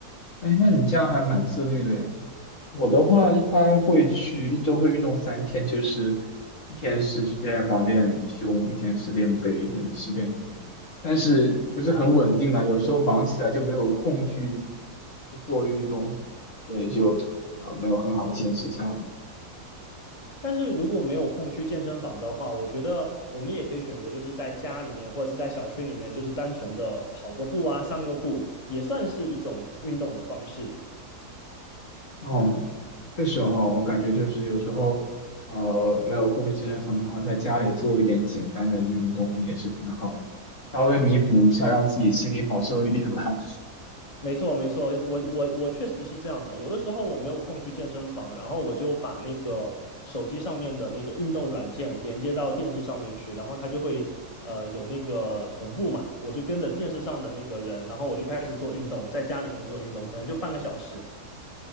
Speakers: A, on the left; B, on the left.
A: 哎，那你这样还蛮自律的诶。我的话一般会去一周会运动三天，就是一天是去健身房练胸，一天是练背，一天是练腿，但是不是很稳定了，有时候忙起来就没有空去去做运动，所以就呃没有很好坚持下来。
B: 但是如果没有空去健身房的话，我觉得我们也可以选择，就是在家里面或者是在小区里面，就是单纯的跑个步啊，散个步，也算是一种运动的方式。
A: 嗯，确实哈，我感觉就是有时候，呃，没有空去健身房的话，在家里做一点简单的运动也是挺好的，稍微弥补一下，让自己心里好受一点吧。
B: 没错，没错，我我我确实是这样的。有的时候我没有空去健身房，然后我就把那个手机上面的那个运动软件连接到电视上面去，然后它就会呃有那个同步嘛，我就跟着电视上的那个人，然后我就开始做运动，在家里面做运动，可能就半个小时。